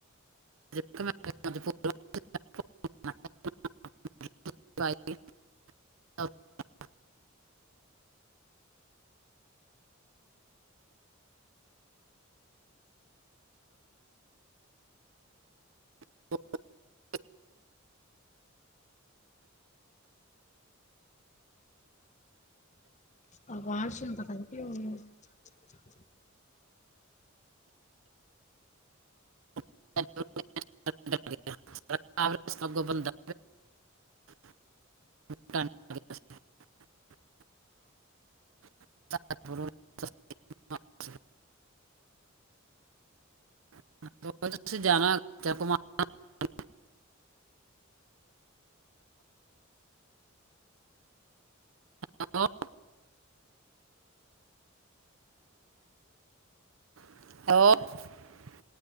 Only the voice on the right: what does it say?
<unintelligible> <unintelligible>
<unintelligible> ਸਗੋਂ ਬੰਦਾ <unintelligible> <unintelligible> <unintelligible> ਤੁਸੀਂ ਜਾਣਾ <unintelligible> ਹੈਲੋ। <unintelligible>